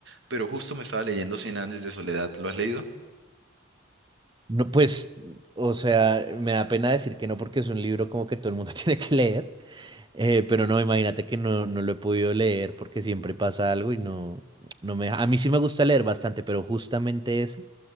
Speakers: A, on the right; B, on the right.
A: pero justo me estaba leyendo 100 años de soledad. ¿Lo has leído?
B: No, pues, o sea, me da pena decir que no porque es un libro como que todo el mundo <laughs> tiene que leer, eh, pero no, imagínate que no, no lo he podido leer porque siempre pasa algo y no, no me deja. A mí sí me gusta leer bastante, pero justamente ese